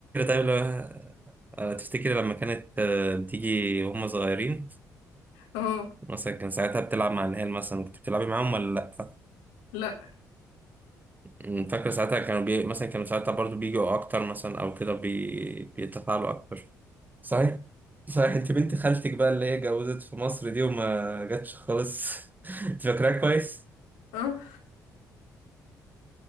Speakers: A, on the right; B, on the left.
A: طيب لما آه، تفتكري لما كانت آه، بتيجي وهم صغيرين
B: اه
A: مثلا كان ساعتها بتلعب مع العيال مثلا كنت بتلعبي معاهم ولا لأ؟
B: لا
A: أمم، فاكر ساعتها كانوا بي... مثلا كانوا ساعتها برضو بيجوا اكتر مثلا او كده بي... بيتفاعلوا اكتر صحيح صحيح انت بنت خالتك بقى اللي هي اتجوزت في مصر دي وما جاتش خالص <laughs> انت فاكراها كويس
B: اه